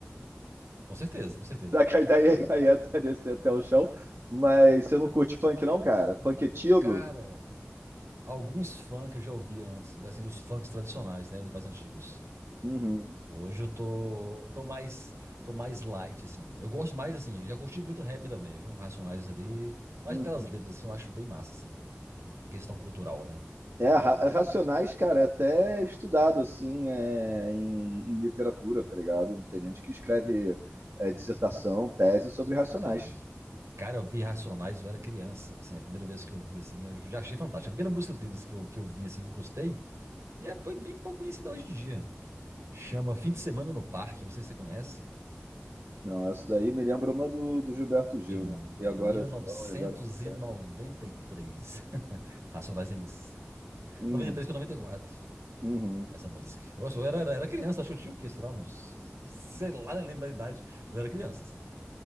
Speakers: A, on the right; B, on the right.
A: Com certeza, com certeza.
B: Daí, daí, daí <laughs> até descer até o chão. Mas você não curte funk, não, cara? Funk antigo?
A: Cara, alguns funk que eu já ouvi antes, assim, os funks tradicionais, né, os mais antigos.
B: Uhum.
A: Hoje eu tô, tô mais, tô mais light assim. Eu gosto mais assim, eu já curti muito rap também, viu? Racionais ali, mas
B: uhum.
A: por causa das letras assim, eu acho bem massa assim, a questão cultural, né?
B: É, Ra- é Racionais, cara, é até estudado, assim, é, em, em literatura, tá ligado? Tem gente que escreve é, dissertação, tese sobre Racionais.
A: Sim. Cara, eu vi Racionais, eu era criança, assim, a primeira vez que eu vi, assim, eu já achei fantástico. A primeira música deles que eu, que eu vi, assim, que eu gostei, e é p- bem pouco conhecida hoje em dia. Chama Fim de Semana no Parque, não sei se você conhece,
B: Não, essa daí me lembra uma do, do Gilberto
A: de
B: Gil,
A: 1993.
B: né? E agora, João, e agora... né?
A: <laughs> Racionais MC.
B: Uhum,
A: 93 para 94,
B: uhum,
A: essa música. Nossa, eu era, era criança, acho que eu tinha o quê, sei lá, uns... Sei lá, nem lembro a idade, mas eu era criança, assim.